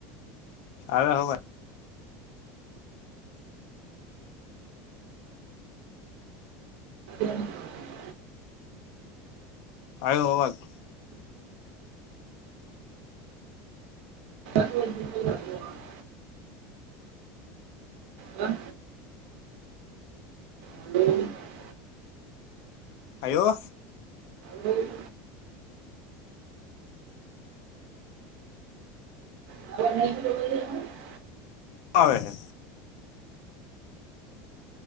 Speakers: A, on the left (about 60°); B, on the right (about 70°).
A: આયો હવે
B: <unintelligible>
A: આવ્યો હો અવાઝ
B: <inaudible> હ <inaudible>
A: આવ્યો
B: નહીં નહી <unintelligible>
A: આવે હે